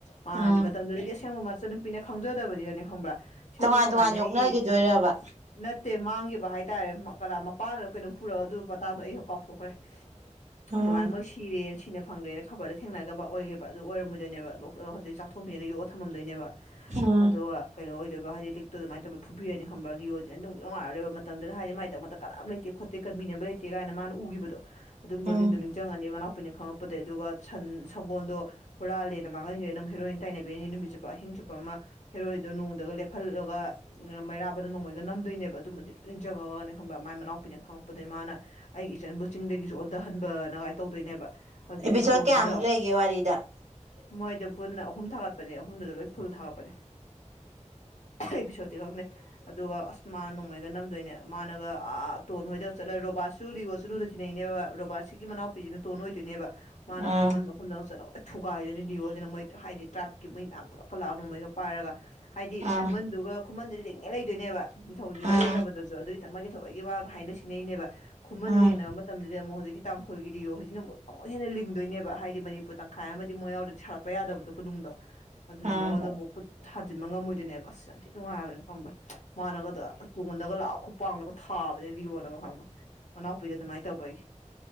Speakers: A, on the left (about 70°); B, on the right (about 65°).
A: ꯃꯥꯗꯤ
B: ꯎꯝ
A: ꯃꯇꯝꯗꯨꯗꯗꯤ ꯑꯁꯦꯡꯕ ꯃꯆ ꯅꯨꯄꯤꯅ ꯈꯪꯖꯗꯕꯅꯤꯅꯅꯦ ꯈꯪꯕ꯭ꯔꯥ꯫ ꯁꯤꯕꯨ
B: ꯇꯣꯉꯥꯟ
A: ꯀꯃꯥꯏꯅ
B: ꯇꯣꯉꯥꯟ
A: ꯑꯩꯒꯤ
B: ꯌꯣꯛꯅꯈꯤꯗꯣꯏꯔꯕ
A: ꯅꯠꯇꯦ ꯃꯥꯡꯈꯤꯕ꯫ ꯍꯥꯏꯇꯥꯔꯦ ꯃꯄ ꯀꯩꯅꯣ ꯄꯨꯔꯒ ꯑꯗꯨꯒꯤ ꯃꯇꯗꯣ ꯑꯩꯁꯨ ꯀꯥꯎꯊꯣꯛꯈ꯭ꯔꯦ꯫
B: ꯎꯝ
A: ꯑꯗꯨꯃꯥꯏꯅ ꯃꯣꯏ ꯁꯤꯔꯤꯦ ꯁꯤꯅ ꯐꯪꯗ꯭ꯔꯦꯅ ꯈꯕꯔꯗ ꯊꯦꯡꯅꯕ ꯑꯣꯏꯒꯦꯕꯥ ꯑꯗꯨ ꯑꯣꯏꯔꯝꯃꯗꯣꯏꯅꯦꯕ ꯍꯧꯖꯤꯛ ꯆꯥꯛꯊꯣꯡꯝꯕꯤꯁꯤꯅ ꯌꯣꯛꯑ ꯊꯃꯝꯗꯣꯏꯅꯦꯕ
B: ꯎꯝ
A: ꯑꯗꯣ ꯀꯩꯅꯣ ꯍꯥꯏꯗꯤ ꯂꯤꯛꯇꯣ ꯑꯗꯨꯃꯥꯏ ꯇꯧꯕ ꯐꯨꯕꯤꯔ ꯈ ꯂꯤꯑꯣꯅꯉꯥꯏꯔꯣꯏꯕ ꯃꯇꯝꯗꯨꯅ ꯍꯥꯏꯗꯤ ꯃꯥꯏ ꯇ ꯀꯝ ꯂꯩꯇꯦ ꯈꯣꯠꯇꯦ ꯕꯤꯅꯕ ꯂꯩꯇꯦ ꯀꯥꯏꯅ ꯃꯥꯅ ꯎꯒꯤꯕꯗꯣ ꯑꯗꯨꯝꯕꯗꯨꯗꯣ
B: ꯎꯝ
A: ꯅꯤꯡꯁꯪꯑꯅꯤ ꯃꯅꯥꯎ ꯄꯤꯅꯦ ꯈꯪꯉꯛꯄꯗꯒꯤꯩ ꯑꯗꯨꯒ ꯁꯟ ꯁꯪꯒꯣꯜꯗꯣ ꯍꯨꯔꯥꯜꯂꯦꯅ ꯃꯥꯡꯍꯟꯒ꯭ꯔꯦꯅ ꯑꯗꯨꯝ ꯍꯦꯔꯣꯏꯟ ꯇꯥꯏꯅꯕꯤꯅꯤ ꯅꯨꯃꯤꯠ ꯆꯨꯞꯄ ꯑꯍꯤꯡ ꯆꯨꯞꯄ ꯑꯃ ꯍꯦꯔꯣꯏꯟꯗꯣ ꯅꯣꯡꯃꯗꯒ ꯂꯦꯞꯍꯜꯂꯒ ꯃꯩꯔꯥꯕꯗ ꯅꯣꯡꯃꯩꯒ ꯅꯝꯗꯣꯏꯅꯦꯕ ꯑꯗꯨꯃꯗꯤ ꯂ ꯅꯤꯡꯖ ꯈꯪꯉꯛꯒ ꯈꯪꯕ ꯃꯥꯏ ꯃꯅꯥꯎꯄꯤꯅꯦ ꯈꯪꯉꯛꯄꯗꯒꯤꯩ ꯃꯥꯅ ꯑꯩꯒꯤ ꯏꯆꯟ ꯕꯨ ꯆꯤꯡꯗꯒꯤꯁꯨ ꯑꯣꯟꯊꯍꯟꯕꯅ ꯀꯥꯏ ꯇꯧꯗꯣꯏꯅꯦꯕ꯫ ꯍꯧꯖꯤꯛꯀꯤ
B: ꯑꯦꯄꯤꯁꯣꯠ
A: ꯇꯣꯟꯗꯨꯗ
B: ꯀꯌꯥꯃꯨꯛ ꯂꯩꯒꯦ ꯋꯥꯔꯤꯗ
A: ꯃꯣꯏꯗꫬ ꯄꯨꯟꯅ ꯑꯍꯨꯝ ꯊꯥꯒꯠꯄꯅꯦ ꯑꯍꯨꯝꯗꯨꯗ ꯂꯣꯏ ꯐꯨꯜ ꯊꯥꯒꯠꯄꯅꯦ꯫ ꯑꯦꯄꯤꯁꯣꯠꯇꯤ ꯈꯪꯗꯦ ꯑꯗꯨꯒ ꯑꯁ ꯃꯥꯅ ꯅꯣꯡꯃꯩꯒ ꯅꯝꯗꯣꯏꯅꯦ ꯃꯥꯅꯒ ꯑꯥ ꯇꯨ ꯕꯣꯟ ꯍꯣꯏꯗ ꯆꯠꯂ ꯔꯣꯕꯥ ꯆꯨ ꯂꯤꯂꯤꯒꯣ ꯆꯨꯔꯨꯅ ꯇꯤꯟꯅꯩꯅꯦꯕ ꯔꯣꯕꯥꯔꯠꯁꯤꯒꯤ ꯃꯅꯥꯎꯄꯤꯁꯤꯅ ꯇꯣꯟꯅ ꯑꯣꯏꯗꯣꯏꯅꯦꯕ ꯃꯥꯅ
B: ꯎꯝ
A: ꯈꯨꯃꯟ ꯃꯈꯐꯝꯟꯗ ꯆꯠꯂ ꯊꯨꯒꯥꯏꯗꯣꯏꯅꯤ ꯂꯤꯌꯣꯁꯤꯅ ꯃꯣꯏ ꯍꯥꯏꯗꯤ ꯇ꯭ꯔꯥꯏꯞꯀꯤ ꯃꯩ ꯃꯌꯥꯝ ꯄꯨꯂꯞꯀ ꯂꯥꯛꯑꯅꯨ ꯃꯩꯒ ꯄꯥꯏꯔꯒ꯫ ꯍꯥꯏꯗꯤ
B: ꯎꯝ
A: ꯈꯨꯃꯟꯗꯨꯒ ꯈꯨꯃꯟꯗꯨ ꯂꯤꯡꯉꯦ ꯂꯩꯗꯣꯏꯅꯦꯕ ꯅꯤꯡꯊꯧꯗꯨꯒ
B: ꯎꯝ
A: ꯌꯦꯡꯅꯕꯗꯁꯨ ꯑꯗꯨꯒꯤ ꯊꯃꯛ ꯑꯩꯈꯣꯏꯒꯤ ꯋꯥꯒ ꯍꯥꯏꯅ ꯁꯤꯡꯅꯩꯅꯦꯕ ꯈꯨꯃꯟꯒ
B: ꯎꯝ
A: ꯌꯦꯡꯅꯕ ꯃꯇꯝꯗꯗꯤ ꯑꯃꯨꯛ ꯍꯧꯖꯤꯛꯀꯤ ꯇꯥꯡꯈꯨꯜꯒꯤ ꯗꯤꯌꯣ ꯍꯥꯏꯁꯤꯅ ꯑꯃꯨꯛ ꯑꯃꯨꯛ ꯍꯦꯟꯅ ꯂꯤꯡꯗꯣꯏꯅꯦꯕ ꯍꯥꯏꯗꯤ ꯃꯅꯤꯄꯨꯔ ꯇꯪꯈꯥꯏ ꯑꯃꯗꯤ ꯃꯣꯏ ꯌꯥꯎꯗ ꯁꯥꯒꯠꯄ ꯌꯥꯗꯕꯗꯣ ꯈꯨꯗꯨꯡ ꯗꯣ ꯑꯗꯨꯅ
B: ꯎꯝ
A: ꯃꯉꯣꯟꯗ ꯑꯃꯨꯛ ꯈꯨꯠ ꯊꯥꯖꯤꯟꯕ ꯉꯝꯃꯣꯏꯗꯣꯏꯅꯦꯕ ꯑꯁ ꯌꯥꯝ ꯊꯤꯠ ꯅꯨꯡꯉꯥꯏꯕꯅꯦ ꯈꯪꯕ꯭ꯔꯥ꯫ ꯃꯥꯅꯒꯗ ꯇꯨꯡꯉꯣꯟꯗꯒ ꯂꯥꯛ ꯈꯨꯄꯂꯒ ꯊꯥꯕꯅꯦ ꯂꯤꯌꯣꯅꯒ ꯈꯪꯕ꯫ ꯃꯅꯥꯎꯄꯤꯗ ꯑꯗꯨꯃꯥꯏꯅ ꯇꯧꯔꯛꯄꯩ꯫